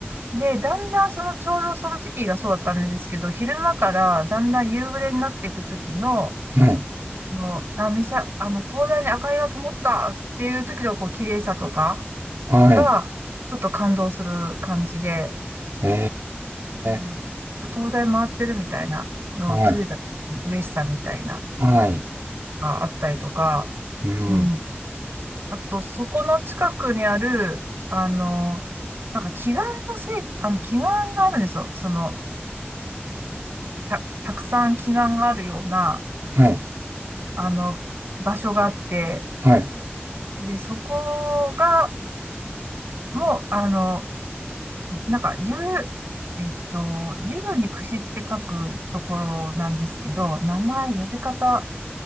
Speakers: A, on the right (about 60°); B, on the right (about 75°).
A: で、だんだんその、ちょうどその時期がそうだったんですけど、昼間からだんだん夕暮れになっていく時の、
B: はい、
A: の、あ、岬、あの、灯台に明かりが灯ったっていう時の、こう、綺麗さとか
B: はい、
A: が、ちょっと感動する感じで、
B: へ
A: うん、
B: え、
A: あ東大回ってるみたいなのを気づいた嬉しさみたいなの
B: はい、はい、
A: があったりとか、
B: うん、
A: うん。あと、そこの近くにある、あの、なんか祈願のせい、あの、祈願があるんですよ。その、た、たくさん祈願があるような、
B: はい、
A: あの、場所があって、
B: はい、
A: で、そこが、もう、あの、なんか、竜、えっと、竜に串って書くところなんですけど、名前、呼び方、